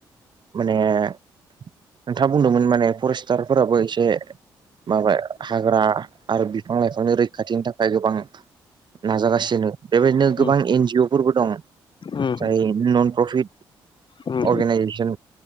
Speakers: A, on the right (about 50°); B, on the left (about 50°).
A: माने नोंथाङा बुंदोंमोन माने फरिस्टारफोराबो एसे माबा हाग्रा आरो बिफां लाइफांनि रैखाथिनि थाखाय गोबां नाजागासिनो बेबायदिनो
B: उम
A: गोबां एन जिअ फोरबो दं
B: उम
A: जाय नन प्रफिट
B: उम उम
A: अर्गेनाइजेसन